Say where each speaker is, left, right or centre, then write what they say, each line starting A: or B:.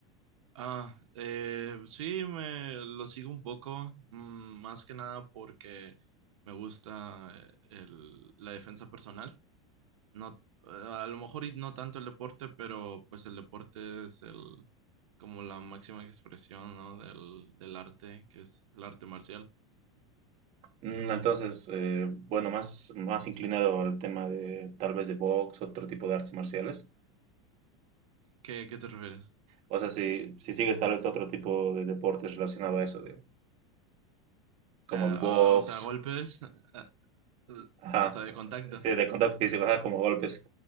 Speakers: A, on the right (about 80°); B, on the right (about 40°).
A: Ah, eh, sí, me lo sigo un poco, mm, más que nada porque me gusta eh, el- la defensa personal. No, eh, a lo mejor y no tanto el deporte, pero pues el deporte es el como la máxima expresión, ¿no? del, del arte, que es el arte marcial.
B: Mm, entonces, eh, bueno, más, más inclinado al tema de tal vez de box, otro tipo de artes marciales.
A: ¿Qué, qué te refieres?
B: O sea, si, si sigues tal vez otro tipo de deportes relacionado a eso, de, como
A: Ah,
B: el box,
A: o, o sea, golpes, ah,
B: ajá,
A: o sea, de contacto.
B: sí, de contacto físico, ajá, como golpes.